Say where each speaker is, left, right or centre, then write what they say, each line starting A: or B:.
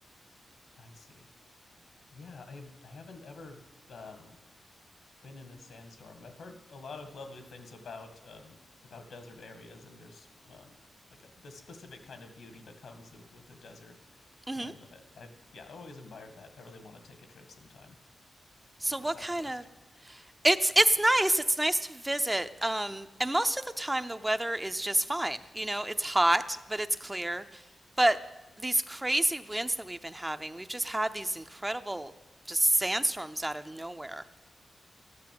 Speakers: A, on the left; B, on the right.
A: I see. Yeah, I've I haven't ever um, been in a sandstorm. I've heard a lot of lovely things about um, about desert areas, and there's um, like a, this specific kind of beauty that comes with, with the desert.
B: hmm
A: And I, I've yeah, I always admired that. I really want to take a trip sometime,
B: So
A: like
B: what
A: the Southwest.
B: kind of it's it's nice. It's nice to visit. Um, and most of the time the weather is just fine. You know, it's hot, but it's clear. But these crazy winds that we've been having, we've just had these incredible just sandstorms out of nowhere.